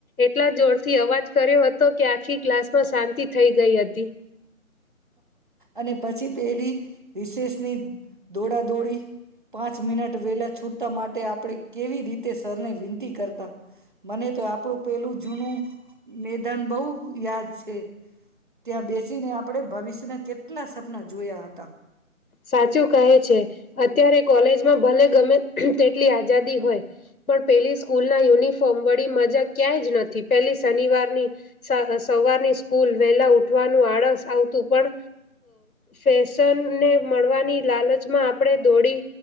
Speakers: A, on the left; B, on the right.
A: એટલા જોરથી અવાજ કર્યો હતો કે આખી ક્લાસમાં શાંતિ થઈ ગઈ હતી.
B: અને પછી પેલી રિશેષની દોડા દોડી પાંચ મિનટ વેલા છૂટ ત માટે આપણે કેવી રીતે સરને વિનંતી કરતા. મને તો આપણું પેલું જ જૂનું મેદાન બહુ યાદ છ એ ત્યાં બેસીને આપ ભવિષ્યના કેટલા સપના જોયા હતા.
A: સાચું કહે છે, અત્યારે કોલેજમાં ભલે ગમે તેટલી આઝાદી હોય પણ પેલી સ્કૂલના યુનિફોર્મ વડી મજા ક્યાંય જ નથી પેલી શનિવારની સવારની સ્કૂલ, વહેલા ઉઠવાનું આળસ આવતું પણ ફેશનને મળવાની લાલચમાં આપણે દોડી